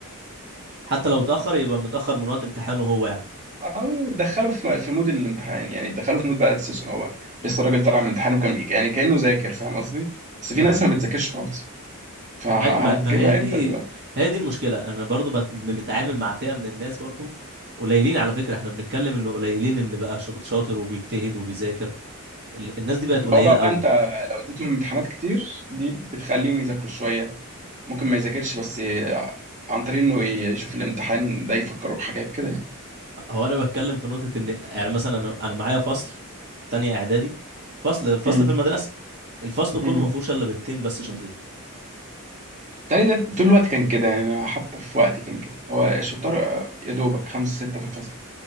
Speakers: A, on the right (about 50°); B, on the right (about 35°).
A: حتى لو اتأخر يبقى متأخر من وقت امتحانه هو يعني
B: او دخله في في مود الامتحان يعني دخله في مود بقى السيشن هو لسه الراجل طالع من امتحانه كان يعني كانه ذاكر فاهم قصدي بس في
A: ايوه
B: ناس ما بتذاكرش خالص فهتجيبها
A: اي ما ما هي دي
B: امتى دي بقى
A: هي دي المشكلة انا برضو بت... بنتعامل مع فئة من الناس برضو قليلين على فكرة احنا بنتكلم انه قليلين اللي بقى شاط- شاطر وبيجتهد وبيذاكر ال... الناس دي بقت
B: ما
A: قليلة
B: هو بقى
A: قوي
B: انت لو اديتهم امتحانات كتير دي بتخليهم يذاكروا شويه ممكن ما يذاكرش بس ي- عن طريق انه يشوف الامتحان ده يفكروا بحاجات كده يعني
A: هو انا بتكلم في نقطة ان يعني مثلا انا انا معايا فصل في تانية اعدادي فصل فصل
B: امم
A: في المدرسة الفصل كله
B: امم
A: ما فيهوش الا بنتين بس شاطرين
B: بالتالي ده طول الوقت كان كده يعني انا حتى في وقتي كان كده هو الشطار آه، يا دوبك خمسة ستة في الفصل